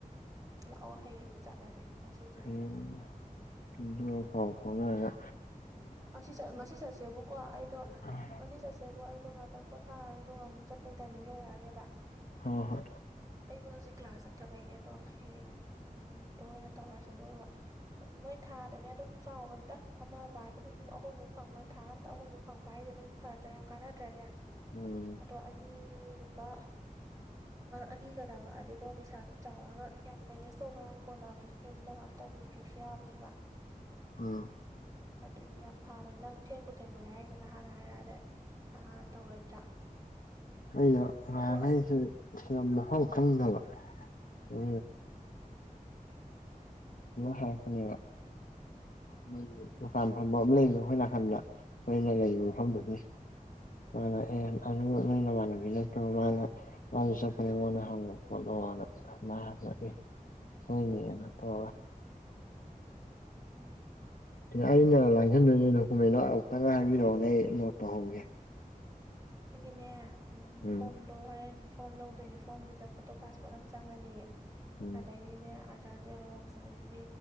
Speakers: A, on the right (about 25°); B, on the left (about 70°).
A: ꯂꯥꯛꯑꯣ ꯍꯌꯦꯡꯗꯨ ꯆꯠꯂꯁꯦ ꯉꯁꯤꯗꯤ
B: ꯍꯝ ꯐꯥꯎ ꯐꯥꯎꯉ
A: ꯑꯁꯤ ꯉꯁꯤ ꯆꯠꯁꯦꯕꯀꯣ ꯑꯩꯗꯣ
B: ꯍꯣꯏ
A: ꯉꯁꯤ ꯆꯠꯁꯦꯕ ꯑꯩꯗꯣ ꯉꯥꯛꯇꯪ ꯄꯣꯊꯥꯔꯅꯤ ꯑꯗꯨꯒ ꯑꯃꯨꯛ ꯆꯠꯄꯒꯤ ꯇꯥꯏꯃꯤꯡ ꯌꯧꯔꯛꯑꯅꯦꯕ
B: ꯍꯣꯏ ꯍꯣꯏ
A: ꯑꯩꯗꯣ ꯍꯧꯖꯤꯛ ꯀ꯭ꯂꯥꯁ ꯆꯠꯇꯕꯩꯅꯦ ꯑꯗꯣ ꯍꯌꯦꯡꯗꯣ ꯑꯣꯏꯅ ꯇꯧꯔꯁꯦ ꯑꯗꯨꯒ ꯎ ꯃꯣꯏ ꯊꯥꯗꯅꯦ ꯑꯗꯨꯝ ꯆꯥꯎꯕꯗ ꯑꯃ ꯄꯥꯏꯕꯗꯣ ꯑꯗꯨꯝ ꯑꯍꯨꯝꯃꯨꯛ ꯐꯪꯕ ꯊꯥ ꯑꯝꯇ ꯑꯍꯨꯝꯃꯨꯛ ꯐꯪꯕ ꯍꯥꯏꯁꯗꯤ ꯑꯗꯨꯝ ꯐꯗ꯭ꯔꯥ ꯌꯥꯝ ꯀꯥꯟꯅꯗ꯭ꯔꯅꯦ
B: ꯎꯝ
A: ꯣ ꯑꯅꯤꯒꯨꯝꯕ ꯑꯅꯤꯒ ꯆꯥꯛꯂꯛꯑꯗꯤꯀꯣ ꯄꯩꯁꯥꯗꯣ ꯆꯥꯎꯔꯒ ꯌꯥꯝ ꯃꯦꯅꯦꯖ ꯇꯧꯕ ꯌꯥꯝ ꯀꯣꯟꯅꯕꯅꯦ ꯌꯨꯝꯗ ꯇꯅꯤꯗ꯭ꯔꯁꯨ ꯌꯥꯕꯅꯦꯕ
B: ꯑꯝ
A: ꯑꯗꯨꯏꯗꯤ ꯌꯥꯝ ꯐꯕꯅꯦ ꯅꯪ ꯊꯦꯡꯕꯨ ꯊꯦꯡꯃꯜꯂꯦ ꯍꯥꯏꯔꯤꯁꯤꯦꯅ ꯍꯥꯟꯅ ꯍꯥꯏꯔꯛꯑꯗꯤ ꯍꯥꯟꯅ ꯇꯧꯔꯣꯏꯗ꯭ꯔꯥ
B: ꯑꯩꯗꯣ ꯉꯍꯥꯡꯉꯩꯁꯦ
A: ꯑꯗꯣ ꯑꯁ
B: ꯃꯐꯝ ꯈꯪꯗꯕ
A: ꯎꯝ
B: ꯎ ꯐꯕ ꯃꯣꯏꯒꯤ ꯗꯨꯀꯥꯟ ꯐꯝꯕ ꯑꯃ ꯂꯩꯕꯗ ꯑꯩꯈꯣꯏ ꯅꯥꯀꯟꯗ ꯑꯣꯏꯅ ꯂꯩ ꯅꯤ
A: ꯎꯝ
B: ꯃꯥꯅ
A: ꯎꯝ
B: ꯑꯦ ꯑꯗꯨ ꯅꯣꯏ ꯅꯃꯥꯟꯅꯕꯤ ꯅꯠꯇ꯭ꯔꯒ ꯃꯥꯅ ꯑꯗꯨ ꯆꯄꯅꯤ ꯃꯟꯅ ꯍꯪꯉꯅ ꯃꯥꯦ ꯍꯅꯤꯅ ꯍꯥ
A: ꯎꯝ
B: ꯑꯩꯅ ꯂꯥꯡꯁꯤꯟꯗꯣꯏꯅꯦ ꯗꯣꯀꯨꯃꯦꯟꯗꯣ ꯑꯃꯨꯛꯇꯪ ꯍꯥꯏꯕꯤꯔꯛꯑꯣꯅꯦ ꯑꯩ ꯅꯣꯠ ꯇꯧꯍꯧꯒꯦ
A: ꯊꯦꯡꯒꯤꯅꯦ ꯎ
B: ꯎꯝ
A: ꯐꯣꯝ ꯐꯣꯗꯣ ꯍꯣꯔꯦꯟ ꯐꯣꯝ ꯂꯧꯗꯣꯏꯅꯦ ꯐꯣꯝꯗꯨꯗ ꯐꯣꯇꯣ ꯄꯥꯁꯄꯣꯔꯠ ꯑꯃ ꯆꯪꯉꯅꯤ
B: ꯎꯝ
A: ꯑꯗꯩꯅꯦ ꯑ ꯔ ꯖꯦꯔꯣ ꯁꯤꯗꯩꯗꯤ